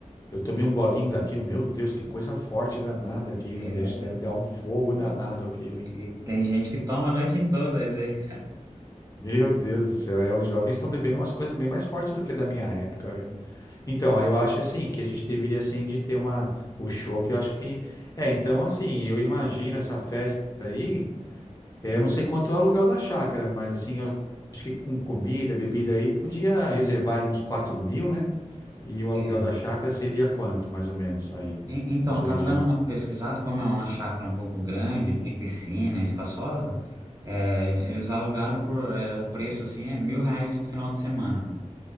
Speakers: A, on the left; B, on the right.
A: Eu tomei um golinho daquilo, meu Deus, que coisa forte danada aquilo,
B: É,
A: hein? Deve deve dar um fogo danado aquilo, hein?
B: e tem gente que toma a noite em todas, aí.
A: Meu Deus do céu, é, os jovens estão bebendo umas coisas bem mais fortes do que da minha época, viu? Então, aí eu acho assim, que a gente deveria assim de ter uma, o chopp, eu acho que, é, então assim, eu imagino essa festa aí, é, eu não sei quanto é o aluguel da chácara, mas assim, eu acho que com comida, bebida aí, podia reservar aí uns quatro mil, né? E o
B: É,
A: aluguel da chácara seria quanto, mais ou menos, aí,
B: e- então,
A: na sua
B: eu tava
A: região?
B: dando uma pesquisada, como é uma chácara um pouco grande, tem piscina, espaçosa, é, eles alugaram por, é, o preço assim, é mil reais o final de semana.